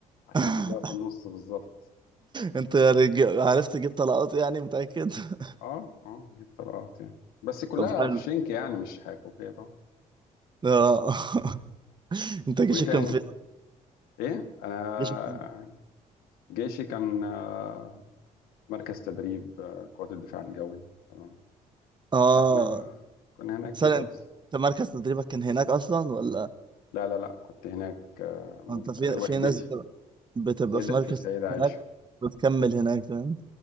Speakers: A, on the left; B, on the right.
A: عشان
B: <laughs>
A: تجيبها في النص بالظبط
B: انت يعني ج- عرفت تجيب طلقات يعني متأكد <laughs>
A: اه اه جيب طلقات يعني بس كلها
B: طب حلو
A: في شنك يعني مش حكوكية طبعا
B: اه <laughs> انت جيشك
A: وايه تاني؟
B: كان في
A: ايه؟ انا
B: جيشك كان
A: جيشي كان آه، مركز تدريب آه، قوات الدفاع الجوي تمام
B: اه
A: فاحنا كنا هناك
B: ثانية
A: كده
B: انت
A: بس
B: أنت مركز تدريبك كان هناك اصلا ولا
A: لا لا لا كنت هناك آه، مل-
B: انت في
A: آه، وحدتي
B: في ناس بتبقى, بتبقى
A: سيدة
B: في مركز
A: في السيدة
B: تدريب
A: عائشة
B: هناك بتكمل هناك فاهم